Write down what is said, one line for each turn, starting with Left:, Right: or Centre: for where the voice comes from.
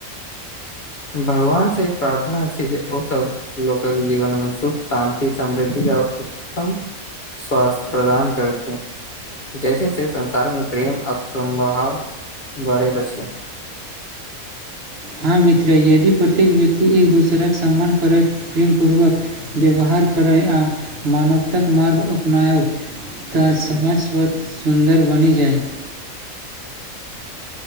Left: भगवानसँ ई प्रार्थना छै जे ओसभ लोकके जीवन मे सुख शान्ति समृद्धि आ उत्तम स्वास्थ्य प्रदान करथि जैसे से संसारमे प्रेम आ समभाव बढ़ैत अछि
Right: हँ मित्र यदि प्रत्येक व्यक्ति एक दोसराक सम्मान करै प्रेमपूर्वक व्यवहार करय आ मानवताक मार्ग अपनायब तऽ समाज स्वत सुन्दर बनि जायत